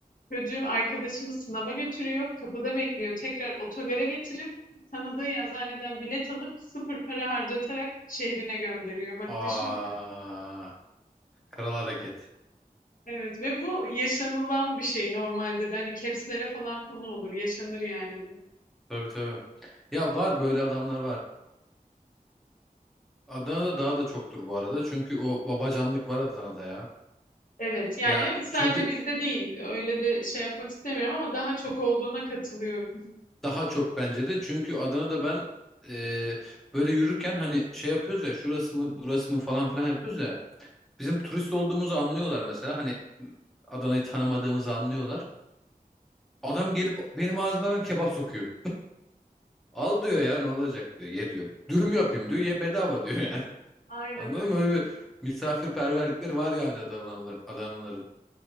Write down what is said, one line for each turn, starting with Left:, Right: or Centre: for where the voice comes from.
Left: Çocuğu arkadaşımı sınava götürüyor. Kapıda bekliyor. Tekrar otogara getirip tanıdığı yazıhaneden bilet alıp sıfır para harcatarak şehrine gönderiyor. Bak
Centre: Aa,
Left: düşün yani.
Centre: kral hareket.
Left: Evet ve bu yaşanılan bir şey normalde de hani capslere falan konu olur. Yaşanır yani bu.
Centre: Tabii tabii. Ya var böyle adamlar var. Adana'da daha da çoktur bu arada. Çünkü o babacanlık var Adana'da ya.
Left: Evet yani
Centre: Ya
Left: evet, sadece
Centre: çünkü
Left: bizde değil. Öyle de şey yapmak istemiyorum ama daha çok olduğuna katılıyorum.
Centre: Daha çok bence de çünkü Adana'da ben e, böyle yürürken hani şey yapıyoruz ya şurası mı burası mı falan filan yapıyoruz ya. Bizim turist olduğumuzu anlıyorlar mesela hani Adana'yı tanımadığımızı anlıyorlar. Adam gelip benim ağzıma hemen kebap sokuyor. Al diyor ya ne olacak diyor ye diyor. Dürüm yapayım diyor ye bedava diyor yani. <laughs>
Left: Aynen
Centre: Anladın
Left: öyle.
Centre: mı? Öyle bir misafirperverlikleri var yani Adanalılar, Adanalıların.